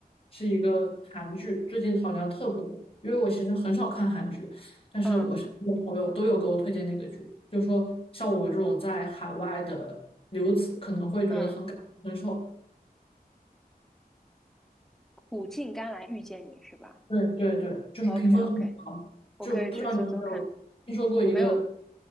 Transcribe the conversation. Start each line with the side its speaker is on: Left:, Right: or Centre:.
Left: 是一个韩剧，最近好像特别火。因为我其实很少看韩剧，但是我身边的朋友都有给我推荐那个剧，
Centre: 嗯
Left: 就说像我们这种在海外的留子可能会觉得很感同身受，
Centre: 嗯，苦尽甘来遇见你是吧
Left: 对对对，就是评分很高，
Centre: ？OK OK，我可以去搜搜看。
Left: 就不知道你有没有听说过一个，
Centre: 我没有，